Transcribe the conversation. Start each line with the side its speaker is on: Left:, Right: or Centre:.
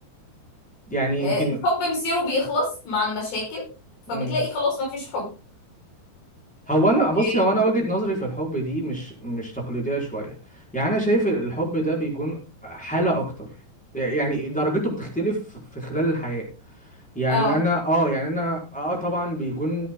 Centre: يعني
Left: آه،
Centre: أنت
Left: الحب مصيره بيخلص مع المشاكل فبتلاقي
Centre: امم
Left: خلاص ما فيش حب
Centre: هو أنا بصي
Left: إيه؟
Centre: هو أنا وجهة نظري في الحب دي مش مش تقليدية شوية يعني أنا شايف الحب ده بيكون حالة أكتر يعني درجته بتختلف في خلال الحياة يعني
Left: اه
Centre: انا اه يعني انا اه آه، طبعا بيكون